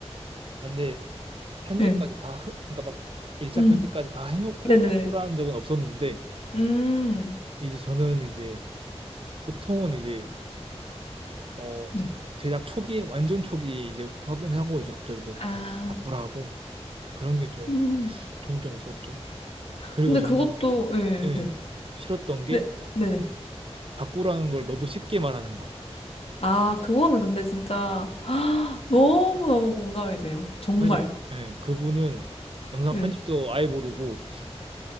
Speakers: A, on the right; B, on the left.
A: 아, 근데 편집까지
B: 네.
A: 다, 하- 그러니까 막 1차
B: 음.
A: 편집까지 다 해놓고
B: 네네.
A: 바꾸라는 적은 없었는데,
B: 음.
A: 이제 저는 이제 보통은 이제, 어,
B: 네.
A: 제작 초기에, 완전 초기에 이제 확인하고 이제 갑자기 뭐
B: 아.
A: 바꾸라고 그런 게 좀
B: 음.
A: 종종 있었죠. 그리고
B: 근데
A: 저는,
B: 그것도 예,
A: 예,
B: 네.
A: 싫었던 게
B: 네. 네네.
A: 바꾸라는 걸 너무 쉽게 말하는 거.
B: 아, 그거는 근데 진짜 <gasps> 너무너무 공감이 돼요. 정말.
A: 사실 예, 그분은 영상
B: 예.
A: 편집도 아예 모르고